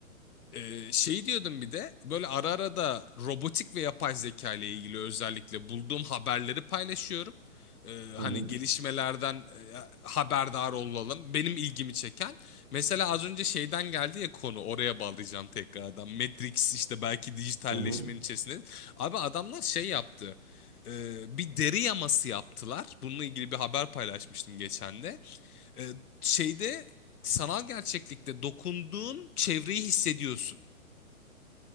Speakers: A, on the left (about 80°); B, on the right (about 15°).
A: Ee, şey diyordum bir de böyle ara ara da robotik ve yapay zeka ile ilgili özellikle bulduğum haberleri paylaşıyorum. Ee,
B: Hı
A: hani
B: hı.
A: gelişmelerden e, haberdar olalım. Benim ilgimi çeken. Mesela az önce şeyden geldi ya konu oraya bağlayacağım tekrardan. Matrix işte belki dijitalleşmenin
B: Hı hı.
A: içerisinde. Abi adamlar şey yaptı. Ee, bir deri yaması yaptılar. Bununla ilgili bir haber paylaşmıştım geçen de. Ee, şeyde sanal gerçeklikte dokunduğun çevreyi hissediyorsun.